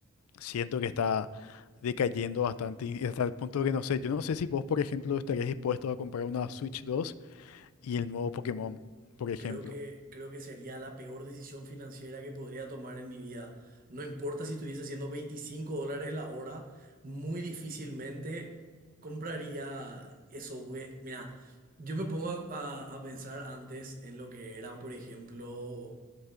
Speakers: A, on the left (about 85°); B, on the right (about 40°).
A: siento que está decayendo bastante y hasta el punto que no sé, yo no sé si vos, por ejemplo, estarías dispuesto a comprar una Switch 2 y el nuevo Pokémon, por ejemplo.
B: Creo que, creo que sería la peor decisión financiera que podría tomar en mi vida. No importa si estuviese haciendo 25 dólares la hora, muy difícilmente compraría eso. porque, Mira, yo me pongo a, a- a pensar antes en lo que eran, por ejemplo,